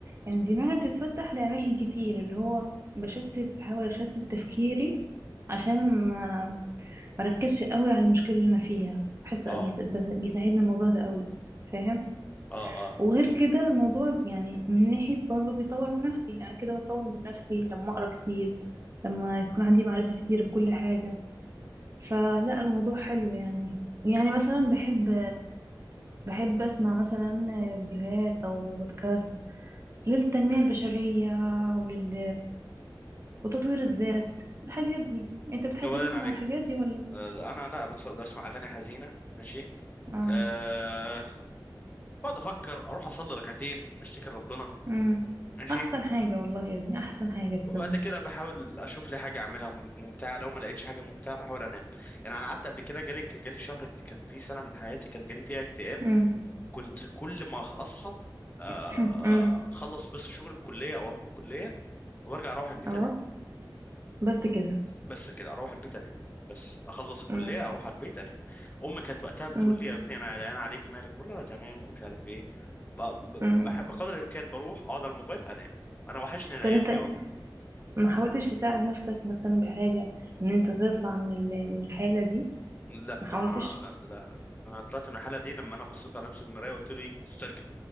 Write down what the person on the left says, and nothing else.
اه
اه اه
طب بعدين
عليك
آه، انا لا بتف- بسمع اغاني حزينه ماشي
أه بقعد افكر اروح اصلي ركعتين اشتكي لربنا
ماشي
وبعد
كده بحاول اشوف لي حاجه اعملها مم- ممتعه لو ما لقيتش حاجه ممتعه بحاول انام يعني انا قعدت قبل كده جالي جالي شهر اكت- كان في سنه من حياتي كان جالي فيها اكتئاب
كنت كل ما اصحى آه،
اخلص بس شغل الكليه او اروح الكليه وارجع اروح البيت
انام
بس كده اروح البيت انام بس اخلص الكليه
اروح على البيت انام امي كانت وقتها بتقول
لي يا ابني انا قلقان عليك مالك بقول لها انا تمام ومش عارف ايه ب- ب- ب-
بح- بقدر الامكان بروح اقعد على الموبايل انام انا وحشني الايام
دي والله
لا
ما
لا لا انا طلعت من الحاله دي لما انا بصيت على نفسي في المرايه وقلت لي استرجل